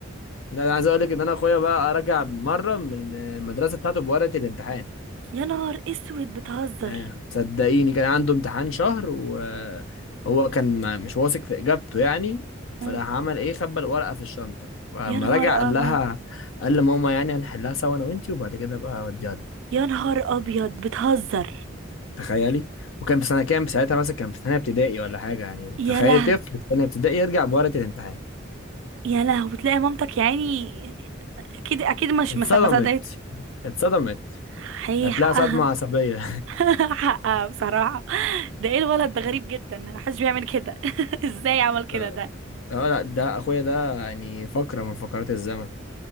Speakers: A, on the left; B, on the right.
A: لا انا عايز اقول لك ان انا اخويا بقى رجع مره من المدرسه بتاعته بورقه الامتحان
B: يا نهار اسود بتهزر
A: يعني صدقيني كان عنده امتحان شهر وهو كان ما- مش واثق في اجابته يعني
B: مم.
A: فراح عمل ايه خبى الورقه في الشنطه فلما
B: يا نهار
A: رجع قال
B: ابيض
A: لها قال لماما يعني هنحلها سوا انا وانتي وبعد كده بقى اوديها له
B: يا نهار ابيض بتهزر
A: تخيلي وكان في سنه كام ساعتها مثلا كان في ثانيه ابتدائي ولا حاجه يعني
B: يا
A: تخيلي
B: له
A: طفل في ثانيه ابتدائي يرجع بورقه الامتحان
B: يا له وتلاقي مامتك يا عيني اكيد اكيد مش
A: اتصدمت
B: مس- ما صدقت
A: اتصدمت
B: حقيقي
A: هتلاقي
B: حقها
A: صدمة عصبية
B: <laughs> حقها بصراحة ده ايه الولد ده غريب جدا محدش بيعمل كده <laughs> ازاي عمل
A: <laughs>
B: كده ده
A: اه لا ده اخويا ده يعني فقرة من فقرات الزمن